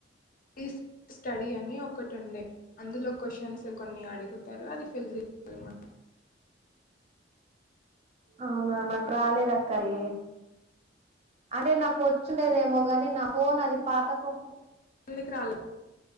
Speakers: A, on the left; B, on the right.
A: రీస స్టడీ అని ఒకటి ఉండే అందులో క్వశ్చన్స్ కొన్ని అడుగుతారు. అది ఫిల్ చేయాలి మనం
B: అవునా నాకు రాలేదు అక్క. అది అంటే నాకు వచ్చిండేదేమో గాని నా ఫోన్ అది పాత ఫోన్
A: ఎందుకు రాలేదు